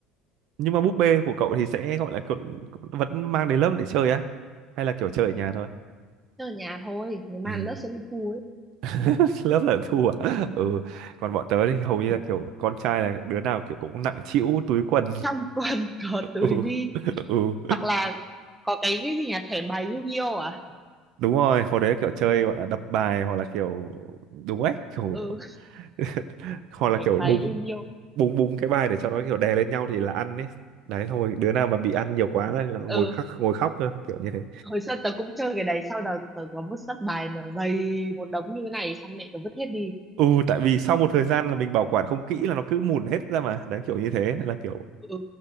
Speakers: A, on the right; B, in the centre.
A: nhưng mà búp bê của cậu thì sẽ gọi là cậu, vẫn mang đến lớp để chơi á hay là kiểu chơi ở nhà thôi
B: chơi ở nhà thôi nếu
A: ừ.
B: mà lớp sẽ đi thu ấy
A: <laughs> lớp là thu à ừ còn bọn tớ thì hầu như
B: đứng
A: là kiểu con trai là đứa nào kiểu cũng nặng trĩu túi quần
B: trong quần <laughs> có
A: <laughs>
B: túi
A: ừ
B: bi
A: ừ
B: hoặc là có cái cái gì nhỉ thẻ bài Yu-Gi-Oh à
A: đúng rồi hồi đấy kiểu chơi gọi là đập bài hoặc là kiểu đúng ấy kiểu
B: ừ
A: <laughs>
B: <laughs>
A: hoặc là
B: thẻ
A: kiểu
B: bài
A: búng
B: Yu-Gi-Oh
A: búng búng cái bài để cho nó kiểu đè lên nhau thì là ăn ấy đấy xong rồi đứa nào mà bị ăn nhiều quá là ngồi
B: ừ
A: khóc ngồi khóc cơ kiểu như thế
B: hồi xưa tớ cũng chơi cái đấy sau đó tớ có một sấp bài mà dày một đống như thế này xong mẹ tớ vứt hết đi
A: ừ tại vì sau một thời gian là mình bảo quản không kỹ là nó cứ mùn hết ra mà đấy kiểu như thế Nên là kiểu
B: ừ.